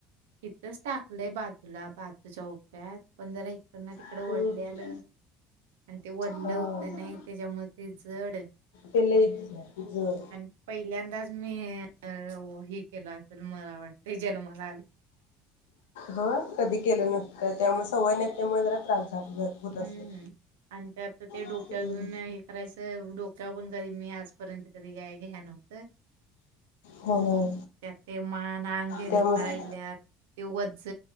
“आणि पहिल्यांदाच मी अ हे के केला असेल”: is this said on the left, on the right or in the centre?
Right